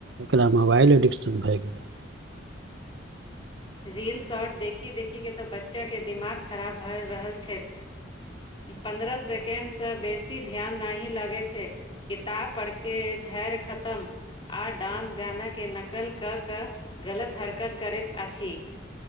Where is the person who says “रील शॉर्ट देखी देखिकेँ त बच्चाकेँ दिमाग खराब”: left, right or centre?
Left